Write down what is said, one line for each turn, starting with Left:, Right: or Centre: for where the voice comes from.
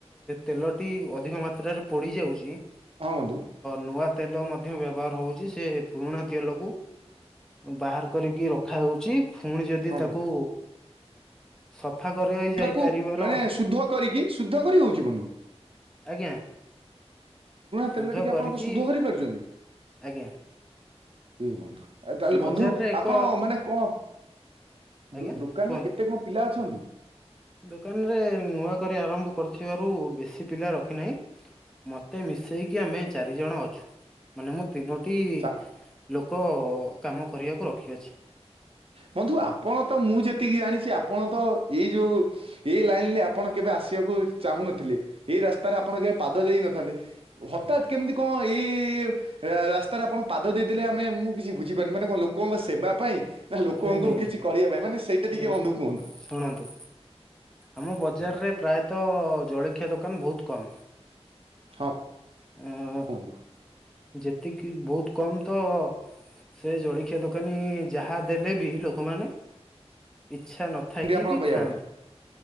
Centre: ତେଲଟି ଅଧିକ ମାତ୍ରାରେ ପୋଡି ଯାଉଚି।
Right: ହଁ ବନ୍ଧୁ
Centre: ନୂଆ ତେଲ ମଧ୍ୟ ବ୍ୟବହାର ହୋଉଚି। ସେ ପୁରୁଣା ତେଲକୁ ବାହାର କରିକି ରଖା ହୋଉଚି। ଫୁଣି ଯଦି
Right: ହଁ
Centre: ତାକୁ ସ ସଫା କାରେଆଇ ଯାଇପାରିବାର
Right: ତାକୁ ମାନେ ଶୁଦ୍ଧ କରିକି ଶୁଦ୍ଧ କରି ହଉଛି ବନ୍ଧୁ।
Centre: ଆଜ୍ଞା। ଶୁଦ୍ଧ
Right: କେତେଳେ ଟିକେ
Centre: କରିକି
Right: ଆପଣଙ୍କ ସୁଧ କରି ପାରୁଚନ୍ତି?
Centre: ଆଜ୍ଞା
Right: ଏଇ ବନ୍ଧୁ ଆ ତାହେଲେ
Centre: ବଜାରରେ
Right: ବନ୍ଧୁ
Centre: ଏକ
Right: ଆପଣ ମାନେ କଣ
Centre: ଆଜ୍ଞା
Right: ଦୋ-ଦୋ-ଦୋକାନ୍
Centre: କୁହନ୍ତୁ।
Right: ରେ କେତେ କଣ ପିଲା ଅଛନ୍ତି?
Centre: ଦୋକାନରେ ନୂଆ କରିବା ଆରମ୍ଭ କରିୁଥିବାରୁ ବେଶୀ ପିଲା ରଖିନାହିଁ। ମତେ ମିଶେଇ କି ଆମେ ଚାରି ଜଣ ଅଛୁ ମାନେ ମୁଁ ତିନୋଟି
Right: ଚା
Centre: ଲୋକ କାମ କରିବାକୁ ରଖିଅଛି।
Right: ବନ୍ଧୁ ଆପଣ ତ ମୁଁ ଯେତିକି ଜାଣିଛି ଆପଣ ତ ଏଇ ଯୋଉ ଏଇ ଲାଇନରେ ଆପଣ କେବେ ଆସିବାକୁ ଚାହୁଁନଥିଲେ ଏଇ ରାସ୍ତାରେ ଆପଣ କେ ପାଦ ଦେଇ ନଥାନ୍ତି। ହଟାତ୍ କେମିତି କଣ ଏଇ ରା -ରାସ୍ତା ରେ ଆପଣ ପାଦ ଦେଇ ଦେଲେ ଆମେ ମୁଁ କିଛି ବୁଝିପାରୁନି ମାନେ କଣ ଲୋକଙ୍କ ସେବା ପାଇଁ ନା ଲୋକଙ୍କୁ
Centre: ନାଇଁ ନାଇଁ
Right: କିଛି କରିବା ପାଇଁ ମାନେ ସେଇଟା ଟିକେ ବନ୍ଧୁ କୁହନ୍ତୁ
Centre: ଶୁଣନ୍ତୁ ଆମ ବଜାରରେ ପ୍ରାୟତଃ ଜଳଖିଆ ଦୋକାନ ବୋହୁତ କମ୍।
Right: ହଁ
Centre: ଆଁ
Right: କୁହନ୍ତୁ
Centre: ଯେ ଏତିକି ବୋହୁତ୍ କମ୍ ତ ସେ ଜଳିଖିଆ ଦୋକାନ ନି ଯାହା ଦେଲେ ବି ଲୋକ ମାନେ ଇଚ୍ଛା ନଥାଇକି
Right: ଏମିତି ଆପଣ
Centre: ବି
Right: କହିବା
Centre: ଖାଆନ୍ତି
Right: କଥା।